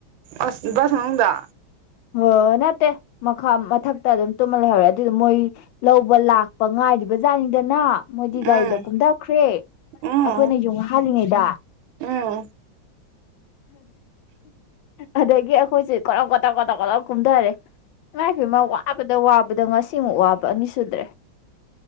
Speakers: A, on the right; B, on the left.
A: ꯑꯁ ꯁꯅꯨꯡꯗ
B: ꯍꯣꯏ ꯅꯠꯇꯦ ꯃꯈꯥ ꯃꯊꯛꯇ ꯑꯗꯨꯝ ꯇꯨꯝꯍꯜ ꯂꯩꯍꯧꯔꯦ ꯑꯗꯨꯗ ꯃꯣꯏ ꯂꯧꯕ ꯂꯥꯛꯄ ꯉꯥꯏꯔꯤꯕꯖꯥꯠꯅꯤꯡꯗꯅ ꯃꯣꯏꯗꯤ
A: ꯎꯝ
B: ꯒꯥꯔꯤꯗ ꯀꯨꯝꯊꯈ꯭ꯔꯦ
A: ꯎꯝ
B: ꯑꯩꯈꯣꯏꯅ ꯌꯣꯡ ꯍꯥꯜꯂꯤꯉꯩꯗ
A: ꯎꯝ
B: ꯑꯗꯒꯤ ꯑꯩꯣꯏꯁꯦ ꯀꯂꯥꯎ ꯀꯗꯥꯥꯎ ꯀꯇꯥꯎ ꯀꯂꯒꯨꯝꯗꯔꯦ ꯂ ꯐꯃ ꯋꯥꯕꯗ ꯋꯥꯕ ꯕꯗꯉ ꯁꯤꯃꯨꯛ ꯋꯥꯕ ꯑꯅꯤ ꯁꯨꯗ꯭ꯔꯦ